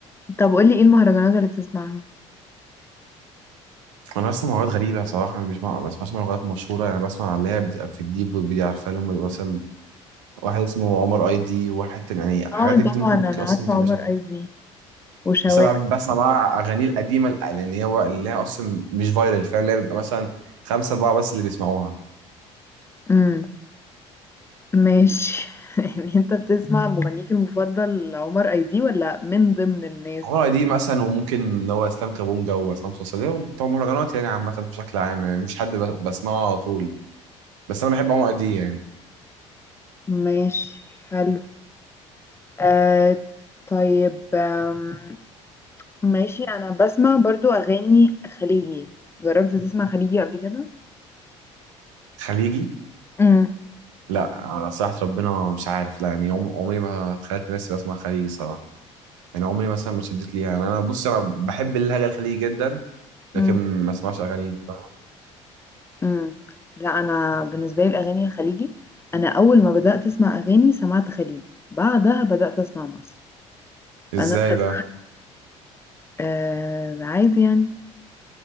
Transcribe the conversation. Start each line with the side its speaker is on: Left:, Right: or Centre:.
Left: طب قولي ايه المهرجانات اللي بتسمعها
Right: انا بسمع لغات غريبه صراحه أنا مش بسمع- ما بسمعش لغات مشهوره يعني بسمع اللي هي بتبقى في الديب ويب دي عارفه اللي هم بيبقوا مثلا واحد اسمه عمر اي دي وواحد تاني يعني حاجات
Left: اه
Right: انت
Left: طبعا
Right: ممكن
Left: انا
Right: ممكن اصلا
Left: عارفه
Right: ما تبقاش
Left: عمر ايزي وشواح
Right: بس انا بسمع بقى اغاني القديمه لان هي اللي هي اصلا مش فايرال فعلا اللي هي بيبقى مثلا خمسه اربعه بس اللي بيسمعوها
Left: امم ماشي <laughs> يعني انت بتسمع مغنيك المفضل عمر ايزي ولا من ضمن الناس
Right: عمارة دي مثلا وممكن اللي هو اسلام كابونجا وعصام صوصة ده بتوع مهرجانات يعني عامة بشكل عام يعني مفيش حد ب- بسمعه على طول بس انا بحب عمرو دي يعني
Left: ماشي حلو آه طيب آم، ماشي انا بسمع برضو اغاني خليجي جربت تسمع خليجي قبل كده
Right: خليجي
Left: امم
Right: لا على صراحة ربنا مش عارف لا يعني عم- عمري ما تخيلت نفسي بسمع خليجي صراحة يعني عمري مثلا ما اتشدت ليها يعني انا بص انا بحب اللهجة الخليجي جدا
Left: امم
Right: لكن ما اسمعش اغانيهم فاهمة؟
Left: امم لا انا بالنسبه لي الاغاني الخليجي انا اول ما بدات اسمع اغاني سمعت خليجي بعدها بدات اسمع مصر
Right: ازاي
Left: فانا الخليجي
Right: بقى
Left: آه عادي يعني